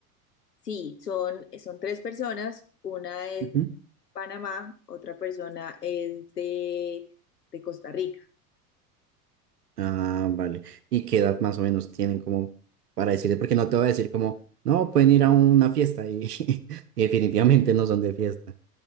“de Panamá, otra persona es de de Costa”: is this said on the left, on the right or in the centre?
Left